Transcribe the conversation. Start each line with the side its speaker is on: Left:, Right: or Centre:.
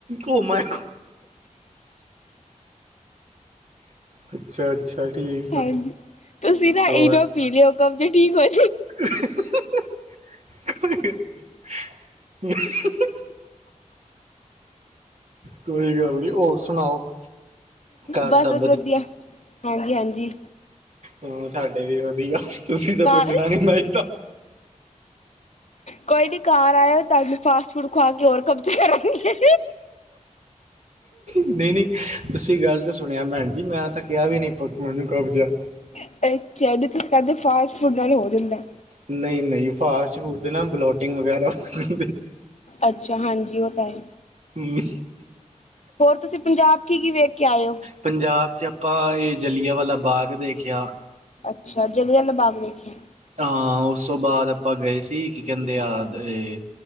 Right: ਘੁਮਾਏ। ਅੱਛਾ ਅੱਛਾ ਠੀਕ
Left: ਹਾਂਜੀ
Right: ਆ
Left: ਤੁਸੀਂ ਨਾ
Right: ਹੋਰ
Left: ਇਨੂੰ ਪੀ ਲਿਓ, ਕਬਜੇ ਠੀਕ ਹੋਏ।
Right: <inaudible> <inaudible> ਕੋਈ ਗੱਲ ਨੀ, ਹੋਰ ਸੁਣਾਓ? ਘਰ
Left: ਬਸ
Right: ਸਭ
Left: ਬਸ ਵਧੀਆ, ਹਾਂਜੀ- ਹਾਂਜੀ।
Right: ਹਮ ਸਾਡੇ ਵੀ ਵਧੀਆ, ਤੁਸੀਂ ਤਾਂ
Left: ਕਾਰ
Right: ਪੁੱਛਣਾ ਨੀ ਮੈਂ ਹੀ ਤਾਂ
Left: ਕੋਈ ਨੀ ਘਰ ਆਇਓ, ਤੁਾਨੂੰ ਫਾਸਟ ਫੂਡ ਖਵਾ ਕੇ ਹੋਰ ਕਬਜ ਕਰਾਂਗੀ।
Right: ਨਹੀਂ ਨਹੀਂ ਤੁਸੀਂ ਗੱਲ ਤਾਂ ਸੁਣਿਆ, ਭੈਣ ਜੀ ਮੈਂ ਤਾਂ ਕਿਹਾ ਵੀ ਨਹੀਂ ਮੈਨੂੰ ਕਬਜ਼ ਆ।
Left: <unintelligible> ਹੋ ਫਾਸਟ ਫੂਡ ਨਾਲ ਹੋ ਜਾਂਦਾ।
Right: ਨਈ, ਨਈ ਫਾਸਟ ਫੂਡ ਦੇ ਨਾ ਬਲੋਟਿੰਗ ਵਗੈਰਾ ਹੋ ਜਾਂਦੀ।
Left: ਅੱਛਾ ਹਾਂਜੀ ਓ ਤਾਂ ਹੈ।
Right: ਹੂੰ
Left: ਹੋਰ ਤੁਸੀ ਪੰਜਾਬ ਕੀ ਕੀ ਵੇਖ ਕੇ ਆਏ ਓ।
Right: ਪੰਜਾਬ ਚ ਆਪਾਂ ਏ ਜਲੀਆਂਵਾਲਾ ਬਾਗ ਦੇਖੇਆ।
Left: ਅੱਛਾ ਜਲਿਆਂਆਲਾ ਬਾਗ ਵੇਖੇਐ।
Right: ਹਾਂ, ਉਸ ਤੋਂ ਬਾਅਦ ਆਪਾਂ ਗਏ ਸੀ, ਕਿ ਕਹਿੰਦੇ ਆ ਏ